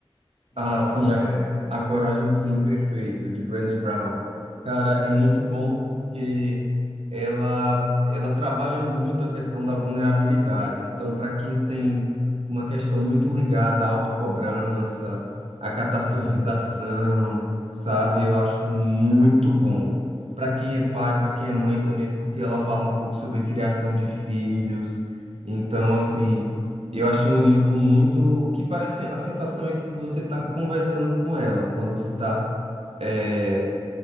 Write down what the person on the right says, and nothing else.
Ah,
sim,
a, a Coragem de Ser Imperfeito, de Brené Brown. Cara, é muito bom porque ela, ela trabalha muito a questão da vulnerabilidade. Então, para quem tem uma questão muito ligada à autocobrança, à catastrofização,
sabe? Eu acho muito bom. Para quem é pai, para quem é mãe também, porque ela fala um pouco sobre a criação de filhos. Então, assim. Eu achei um livro muito que parece a sensação é que você está conversando com ela quando você está, é,